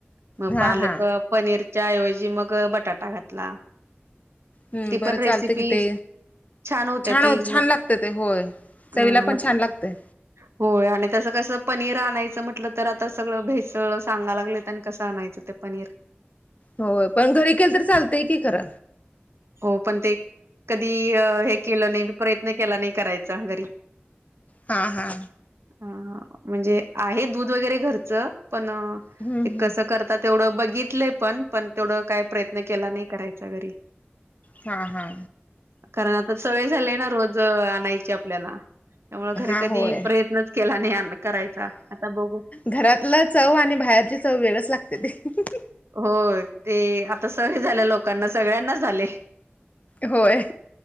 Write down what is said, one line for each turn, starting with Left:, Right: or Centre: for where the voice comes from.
Right: मग
Left: हां
Right: पालक
Left: हां
Right: पनीरच्या ऐवजी मग बटाटा घातला.
Left: हम्म
Right: ती
Left: बरं
Right: पण रेसिपी
Left: चालतंय की ते
Right: छान होत ती
Left: हो
Right: <unintelligible>
Left: छान लागतं ते होय.
Right: अ
Left: चवीला पण
Right: म
Left: छान लागतंय
Right: <unintelligible> हो आणि तसं कसं पनीर आणायचं म्हटलं तर आता सगळं भेसळ सांगाला लागलेत आणि कसं आणायचं ते पनीर
Left: हो पण घरी केल तर चालतंय की खर.
Right: हो पण ते कधी हे केलं नाही प्रयत्न केला नाही करायचा घरी
Left: हा, हा.
Right: अ म्हणजे आहे दूध वगैरे घरचं पण
Left: हम्म
Right: ते
Left: हम्म
Right: कस करता तेवढं बघितलं पण, पण तेवढं काय प्रयत्न केला नाही करायचा घरी.
Left: हा, हा.
Right: कारण आता सवय झालीय ना रोज आणायची आपल्याला त्यामुळे
Left: हा
Right: घरी कधी
Left: होय
Right: प्रयत्नच केला नाही करायचा आता बघू.
Left: घरातलं चव आणि बाहेरची चव वेगळच लागते ते.
Right: हो ते आता सवय झाल्या लोकांना सगळ्यांनाच झाले.
Left: होय.